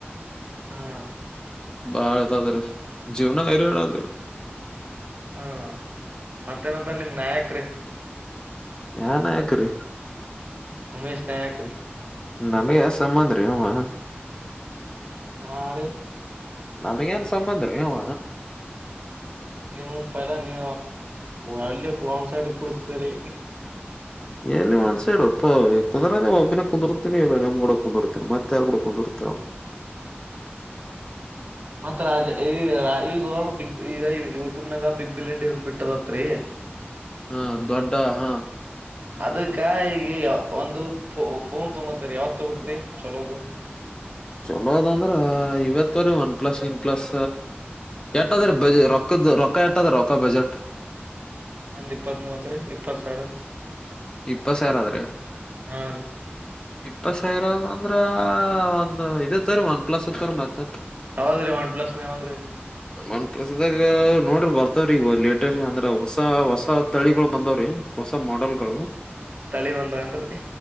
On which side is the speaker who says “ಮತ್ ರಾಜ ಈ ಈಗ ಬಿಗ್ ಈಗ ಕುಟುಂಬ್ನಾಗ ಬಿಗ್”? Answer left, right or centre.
Right